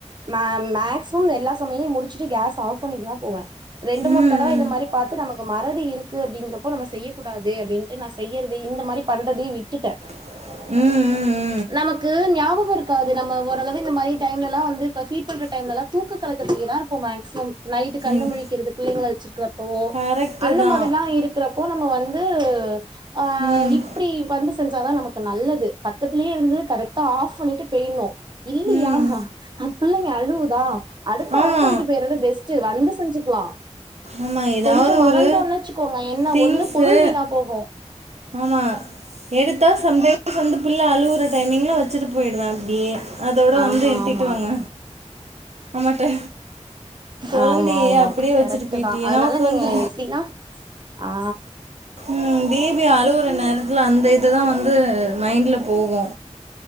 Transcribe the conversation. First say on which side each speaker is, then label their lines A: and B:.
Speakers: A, on the right (about 40°); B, on the right (about 60°).
A: மே மேக்சிமம் எல்லா சமயையும் முடிச்சுட்டு கேஸ் ஆப் பண்ணிட்டு தான் போவேன் ரெண்டு
B: ம்
A: மூனு தடவ இத மாரி பாத்து நமக்கு மறதி இருக்கு அப்பங்கறப்போ நம்ம செய்ய கூடாது அப்படின்ட்டு ந செய்யறது இந்த மாரி பண்றது தே விட்டுட்ட
B: உம் உம் உம்
A: நமக்கு ஞாபகம் இருக்காது நம்ம ஓரளவு இந்த மாரி டைம்லல்லா வந்து ப ஃபீட் பண்ற டைம்லல்லா தூக்க கலக்க ட்லயே தான் ருப்போம் மேக்சிமம் நைட்டு கண்ணு
B: ம்
A: முழிக்கிறது புள்ளைங்கள வெச்சிருக்கறப்போ
B: கரெக்ட்டு
A: அந்த
B: தா
A: மாதிரிலா இருக்கறப்போ நம் ம வந்து அ
B: ம்
A: இப்டி வந்து செஞ்சாதா நமக்கு நல்லது பக்கத்துலயே இருந்தது கத் ரெக்ட்டா ஆஃப் பண்ணிட்டு பெய்ணு இல்லியா
B: ம்
A: அ பிள்ளைங்க அழுவுதா அடுப்ப
B: ஆமா
A: ஆப் <unintelligible> பேய்றது பெஸ்ட்டு வந்து செஞ்சுக்கலா
B: ஆமா ஏதாவது
A: கொஞ்சோ மறந்தோன்
B: ஒரு
A: வச்சுக்கோங்க என்ன
B: திங்ஸு
A: ஒண்ணு பொருள் வீணா போகு
B: ஆமா எடுத்தா சம்டைம்ஸ் வந்து பிள்ள அழுவுற டைமிங்ல வச்சிட்டு போயிடுவே அப்படியே அதோட
A: ஆமா
B: வந்து என் திட்டுவாங்க
A: ஆமா
B: அம்மாட்ட தொறந்தியே
A: ஆமாம்மா
B: அப்டியே வச்சுட்டு
A: கரக்ட்டு
B: போயிட்டியே
A: தா அதனால
B: நமக்கு
A: நீங்க
B: வந்து
A: எப்டின்னா ஆ
B: ம் பேபி அழுவுற நேர த்ல அந்த இதுதா வந்து மைண்ட்ல போகு